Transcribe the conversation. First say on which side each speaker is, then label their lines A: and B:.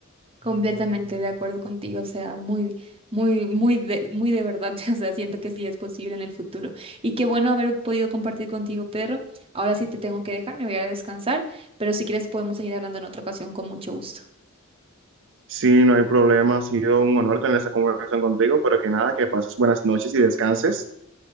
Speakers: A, on the right (about 25°); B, on the right (about 60°).
A: Completamente de acuerdo contigo, o sea, muy, muy, muy de, muy de verdad, <laughs> o sea, siento que sí es posible en el futuro. Y qué bueno haber podido compartir contigo, Pedro. Ahora sí te tengo que dejar, me voy a descansar, pero si quieres podemos seguir hablando en otra ocasión con mucho gusto.
B: Sí, no hay problema. Ha sido un honor tener esa conversación contigo, pero que nada, que pases buenas noches y descanses.